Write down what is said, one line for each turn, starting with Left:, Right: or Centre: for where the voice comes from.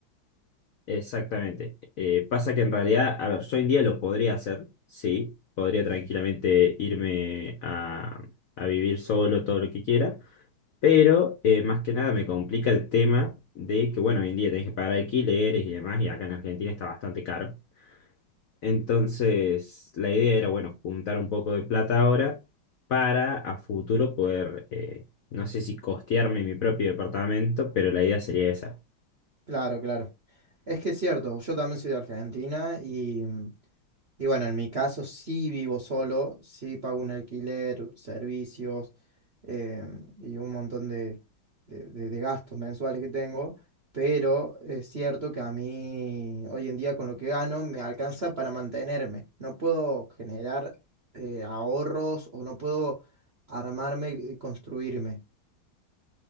Left: Exactamente. Eh, pasa que en realidad, a ver, yo hoy en día lo podría hacer, sí, podría tranquilamente irme a, a vivir solo todo lo que quiera, pero eh, más que nada me complica el tema de que, bueno, hoy en día tenés que pagar alquileres y demás, y acá en Argentina está bastante caro. Entonces, la idea era, bueno, juntar un poco de plata ahora para a futuro poder, eh, no sé si costearme mi propio departamento, pero la idea sería esa.
Right: Claro, claro. Es que es cierto, yo también soy de Argentina y, mm, y bueno, en mi caso sí vivo solo, sí pago un alquiler, servicios eh, y un montón de, de- de- de gastos mensuales que tengo, pero es cierto que a mí hoy en día con lo que gano me alcanza para mantenerme. No puedo generar eh, ahorros o no puedo armarme y construirme.